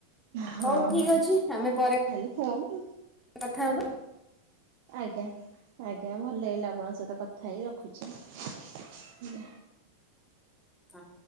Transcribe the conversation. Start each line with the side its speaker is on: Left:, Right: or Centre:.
Right: ହଁ
Centre: ହଉ ଠିକ
Right: ହଁ
Centre: ଅଛି ଆମେ ପରେ
Right: ଖାଲି ଫୋନ
Centre: କଥା ହବା।
Right: ଆଜ୍ଞା ଆଜ୍ଞା ଭଲ ଲାଗିଲା ଆପଣଙ୍କ ସହିତ କଥା ହେଇ ରଖୁଛି ଆଜ୍ଞା।
Centre: ହଁ।